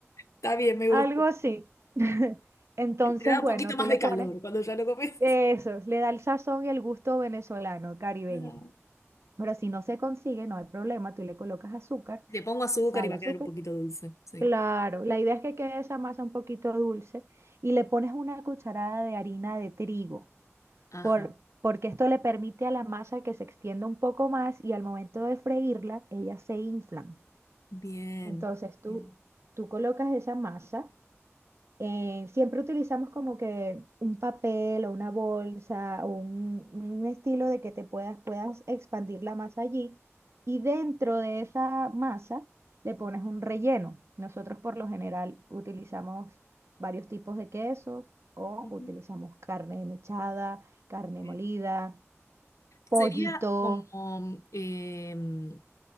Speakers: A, on the left; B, on the right.
A: está bien, me
B: algo
A: gusta.
B: así. <laughs> Entonces,
A: Te da un
B: bueno,
A: poquito más
B: tú le
A: de calor
B: pones
A: cuando ya lo comes.
B: eso, le da el sazón y el gusto venezolano, caribeño.
A: Ah.
B: Pero si no se consigue, no hay problema, tú le colocas azúcar,
A: Le pongo azúcar
B: sal,
A: y va
B: azúcar.
A: a quedar un poquito dulce. Sí.
B: Claro, la idea es que quede esa masa un poquito dulce y le pones una cucharada de harina de trigo,
A: Ajá.
B: por, porque esto le permite a la masa que se extienda un poco más y al momento de freírla, ellas se inflan.
A: Bien.
B: Entonces tú,
A: Bien.
B: tú colocas esa masa eh, siempre utilizamos como que un papel o una bolsa o un, un estilo de que te puedas, puedas expandir la masa allí y dentro de esa masa le pones un relleno. Nosotros por lo general utilizamos varios tipos de queso o
A: Ujú.
B: utilizamos carne mechada, carne
A: Bien.
B: molida, pollito.
A: Sería como em,